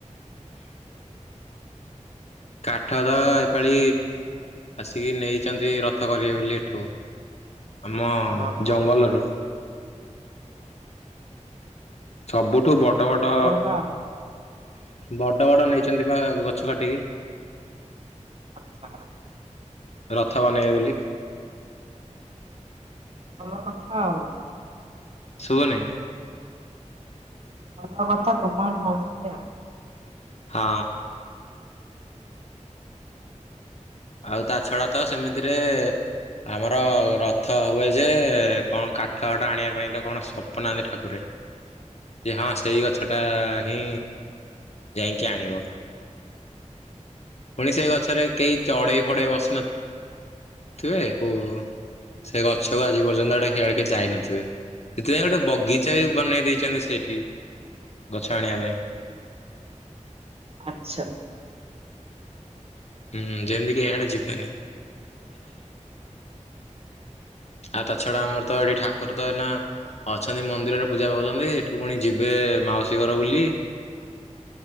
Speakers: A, on the left; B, on the right.
A: କାଠ ତ ଏପାଳି ଆସିକି ନେଇଛନ୍ତି ରଥ କରିବେ ବୋଲି ଏଠୁ। ଆମ
B: ଓହୋ
A: ଜଙ୍ଗଲରୁ। ସବବୁ। ୁ ବଡ ବଡ
B: ଭଲ କଥା ଆଉ।
A: ବଡ ବଡ ନେଇଛନ୍ତି ବା ଗଛ କାଟିକି।
B: ଆଚଛା।
A: ରଥ ବନେଇବେ ବୋଲି।
B: ଭଲ କଥା ଆଉ।
A: ଶୁଭନହିଁ।
B: ମନକଥା ତୁମାର ନ ଉନି ଆଉ।
A: ହଁ। ଆଉ ତା ଛଡା ତ ସେମିତିରେ ଆମର ରଥ ହୁଏ ଯେ କଣ କାଠ ହଠ ଆଣିବା ପାଇଁ ତ କଣ ସ୍ୱପ୍ନାହାନ୍ତି ଠାକୁରେ ଯେ ହଁ ସେଇ ଗଛଟା ହିଁ ଯାଇକି ଆଣିବ ପୁଣି ସେ ଗଛରେ କେହି ଚଢ଼େଇ ଫଡେଇ ବସିନଥିଲନ୍ତି। ଥିବେ ଓ ସେ ଗଛକୁ ଆଜି ପର୍ଯ୍ୟନ୍ତ ଆଡେ ସେଆଡିକ ଯାଇନଥିବେ ସେଥିପାଇଁ ଗୋଟେ ବଗିଚା ବି ବନେଇ ଦେଇଛନ୍ତି ସେଠି ଗଛ ଆଣିବା ପାଇଁ।
B: ଆଚ୍ଛା।
A: ହୁଁ ଯେମିତିକ ହେଡ ଯିବନି। ଆଉ ତା ଛଡା ଆମର ତ ଏଠି ଠାକୁର ତ ଏନା ଅଛନ୍ତି ମନ୍ଦିରରେ ପୂଜା ପାଉଛନ୍ତି ଏଠୁ ପୁଣି ଯିବେ ମାଉସୀ ଘର ବୁଲି।